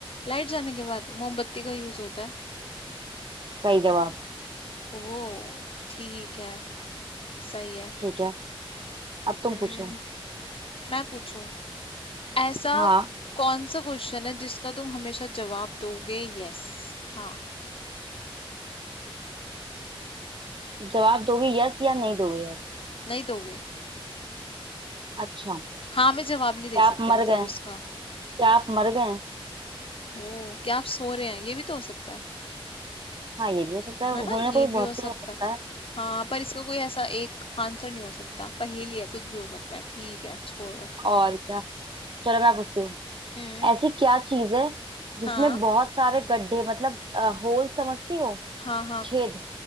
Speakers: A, on the left; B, on the right.
A: लाइट जाने के बाद मोमबत्ती का यूज होता है
B: सही जवाब
A: ओह ठीक है सही है
B: ठीक है अब तुम
A: हम्म
B: पूछो
A: मैं पूछूं ऐसा
B: हाँ
A: कौन सा क्वेश्चन है जिसका तुम हमेशा जवाब दोगे यस हाँ
B: जवाब दोगे यस या नहीं दोगे यस
A: नहीं दोगे
B: अच्छा
A: हाँ में जवाब नहीं दे
B: क्या
A: सकते
B: आप मर
A: मतलब
B: गए
A: उसका
B: क्या आप मर गए
A: ओ क्या आप सो रहे हैं ये भी तो हो सकता है
B: हाँ ये भी हो सकता है
A: है
B: होने
A: ना
B: को
A: ये
B: तो
A: भी
B: बहुत
A: हो सकता
B: कुछ हो सकता
A: है
B: है
A: हाँ पर इसका कोई ऐसा एक आंसर नहीं हो सकता पहेली है कुछ भी हो सकता है ठीक है छोड़ो
B: और क्या चलो मैं पूछती हूँ
A: हम्म
B: ऐसी क्या चीज है जिसमें
A: हाँ
B: बहुत सारे गड्ढे मतलब होल समझती हो
A: हाँ हाँ
B: छेद